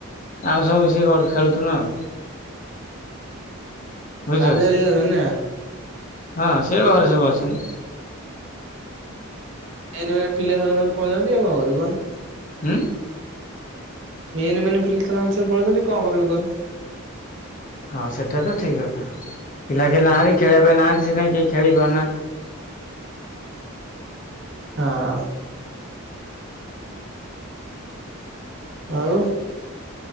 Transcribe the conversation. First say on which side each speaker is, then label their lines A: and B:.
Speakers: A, on the left; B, on the right.
A: ଆମେ ସବୁ ମିଶିକି ଖେଳୁଥିଲୁ ଆଉ। ବୁଝିଲ
B: ରାଜା
A: କି
B: ହେରିକା ଅଛନ୍ତି ନା
A: ହଁ ସେ ଘରେ ସବୁ ଅଛନ୍ତି।
B: ଏଇନି ପିଲା ହଉ ନାହାନ୍ତି ପଳେଇଚନ୍ତି ଆଉ କଣ କରିବୁ କହୁନ।
A: ହୁଁ?
B: ମେନେ ମେନେ ପିଲା ତ ନାହାଁନ୍ତି ସବୁ ପଳଉଛନ୍ତି କଣ କରିବି କହୁନୁ?
A: ହଁ ସେଟା ତ ଠିକ୍ କଥା ପିଲା କେ ନାହାନ୍ତି ଖେଳିବା ପାଇଁ ନାହାନ୍ତି ସେଥିପାଇଁ କେହି ଖେଳି ପାରୁନାହାନ୍ତି।
B: ହଁ। ଆଉ